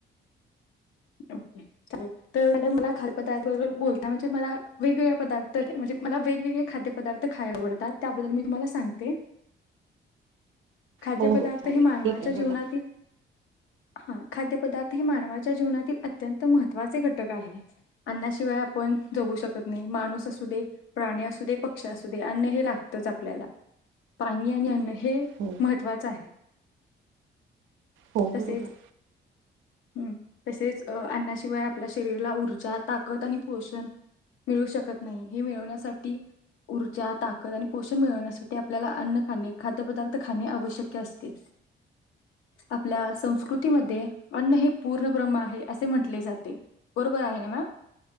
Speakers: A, on the left (about 80°); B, on the right (about 75°).
A: ओके तर मॅडम मला खाद्यपदार्थ बोलता म्हणजे मला वेगवेगळे पदार्थ म्हणजे मला वेगवेगळे खाद्य पदार्थ खायला आवडतात त्याबद्दल मी तुम्हाला सांगते खाद्यपदार्थ
B: हो हो चालेल
A: हे मानवाच्या
B: ठीक आहे
A: जीवनातील
B: बोला
A: हा खाद्य पदार्थ हे मानवाच्या जीवनातील अत्यंत महत्त्वाचे घटक आहे अन्नाशिवाय आपण जगू शकत नाही माणूस असू दे प्राणी असू दे पक्षी असू दे अन्न हे लागतच आपल्याला पाणी आणि अन्न हे
B: हो
A: महत्त्वाचं आहे
B: हो
A: तसेच
B: बरोबर
A: हम् तसेच अन्नाशिवाय आपल्या शरीरला ऊर्जा ताकद आणि पोषण मिळू शकत नाही हे मिळवण्यासाठी ऊर्जा ताकद आणि पोषण मिळवण्यासाठी आपल्याला अन्न खाणे खाद्य पदार्थ खाणे आवश्यक असते आपल्या संस्कृतीमध्ये अन्न हे पूर्ण ब्रह्म आहे असे म्हटले जाते बरोबर आहे ना मॅम